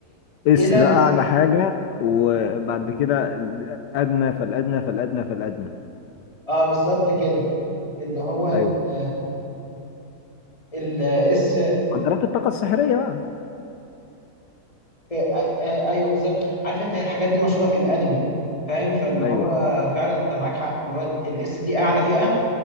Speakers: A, on the left; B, on the left.
A: اس
B: إيه ده
A: ده
B: ال-
A: اعلى حاجة وبعد كده الادنى فالادنى فالادنى فالادنى
B: اه بالظبط كده اللي هو ال
A: ايوه
B: ال اس
A: معدلات الطاقة السحرية بقى
B: في آه، ايوه بالظبط عارف انت هي الحاجات دي مشهوره في الانمي فاهم فاللي
A: ايوه
B: هو فعلا انت معاك حق اللي هو الاس دي اعلى فئه